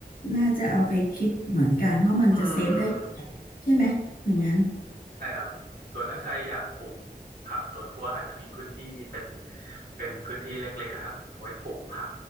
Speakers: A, on the left; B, on the right.
A: น่าจะเอาไปคิดเหมือนกันเพราะมันจะเซฟได้
B: อืม
A: ใช่ไหมอย่างนั้น
B: ใช่ครับ ส่วนถ้าใครอยากปลูกผักสวนครัวอาจจะมีพื้นที่เป็นเป็นพื้นที่เล็กๆอะครับเอาไว้ปลูกผัก